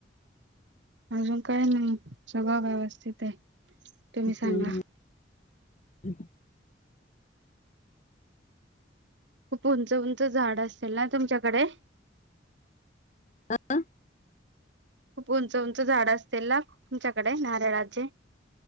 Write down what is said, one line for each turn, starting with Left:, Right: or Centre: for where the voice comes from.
Right: अजून काही नाही सगळं व्यवस्थित आहे. तुम्ही
Left: हम्म
Right: सांगा.
Left: ह्
Right: खूप उंच उंच झाड असतीलल ना तुमच्याकडे
Left: आहे
Right: खूप उंच उंच झाड असतील ना तुमच्याकडे नारळाचे.